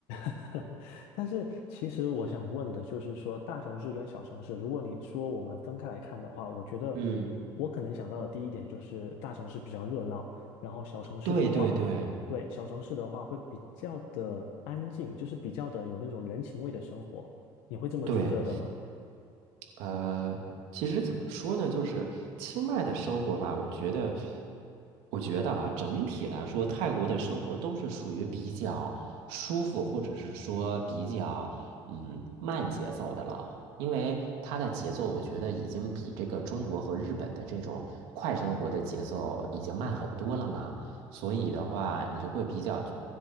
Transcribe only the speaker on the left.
<laughs> 但是其实我想问的就是说，大城市跟小城市，如果你说我们分开来看的话，我觉得
我可能想到的第一点就是大城市比较热闹，然后小城市的话，
对，小城市的话会比较的安静，就是比较的有那种人情味的生活，你会这么觉着的吗？